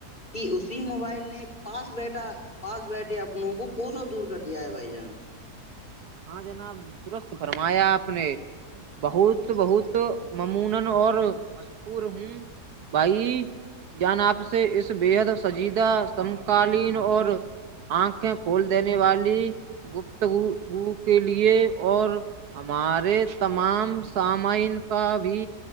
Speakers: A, on the left; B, on the right.
A: کہ اسی موبائل نے پاس بیھا پاس بیٹھے اپنوں کو کو سو دور کر دیا ہے بھائی جان
B: ہاں جناب درست فرمایا اپ نے بہت بہت ممون اور ہوں بھائی جان آپ سے اس بےحد سجیدہ سمکالین اور آنکھیں کھول دینے والی گپتگ و کے لیے اور ہمارے تمام سامعین کا بھی